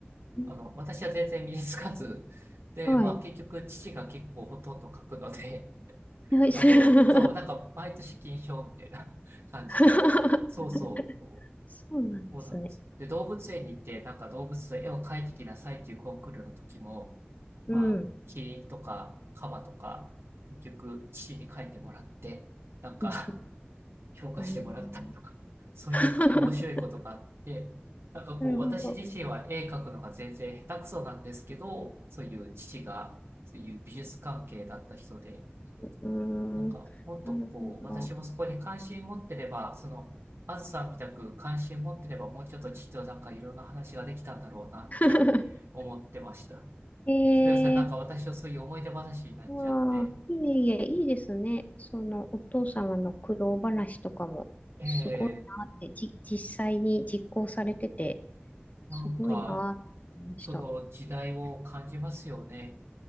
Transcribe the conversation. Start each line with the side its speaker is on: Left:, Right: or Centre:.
Left: うね
Right: あの、私は全然身につかず、で、
Left: はい、
Right: まあ結局父が結構ほとんど描くので、
Left: はい、
Right: あの、
Left: それは
Right: そう、なんか毎年金賞みたいな <laughs> 感じで、
Left: <laughs>
Right: そうそう、あの、
Left: そうなんですね。
Right: そうなんです。で、動物園に行って、なんか動物の絵を描いてきなさいっていうコンクールの時も、
Left: うん、
Right: まあ、キリンとかカバとか、結局、父に書いてもらって、なんか
Left: うん、
Right: <laughs> 評価してもらったりとか、
Left: うん、うん。
Right: そういう面白いことがあって、
Left: <laughs>
Right: なんかこう、
Left: なるほど。
Right: 私自身は絵描くのが全然下手くそなんですけど、そういう父が、そういう美術関係だった人で、
Left: うん、
Right: なんかもっとこう、
Left: うんなるほど。
Right: 私もそこに関心持ってれば、その、あずさんみたく関心持ってれば、もうちょっと父となんかいろんな話ができたんだろうなって思ってました。
Left: <laughs> えー
Right: すみません。なんか私はそういう思い出話になっちゃって、
Left: ああ、いえいえ、いいですね。そのお父様の苦労話とかも、
Right: ええ
Left: すごいなって、じ、実際に実行されてて、
Right: なんか、
Left: すごいなって思いました。
Right: その時代を感じますよね。